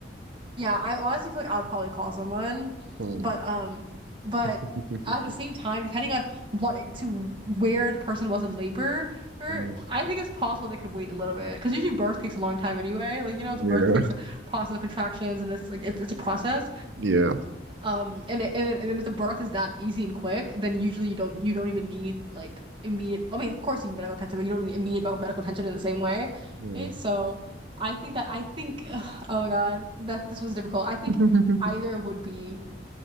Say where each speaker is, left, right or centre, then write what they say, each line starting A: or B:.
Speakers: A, on the right; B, on the right.
A: Yeah, I honestly feel like I would probably call someone,
B: Hmm.
A: but um, but
B: <laughs>
A: at the same time, depending on what to where the person was in labor, or
B: Mm.
A: I think it's possible they could wait a little bit because usually birth takes a long time anyway. Like you know,
B: Yeah,
A: the birth takes a process of contractions and it's like it's, it's a process.
B: yeah,
A: Um, and it, and it, and if the birth is that easy and quick, then usually you don't you don't even need like immediate. I mean, of course you need medical attention, but you don't need immediate me- medical attention in the same way.
B: yeah.
A: Okay, so I think that I think <sighs> ugh, oh my God, that this was difficult. I think
B: <laughs>
A: either would be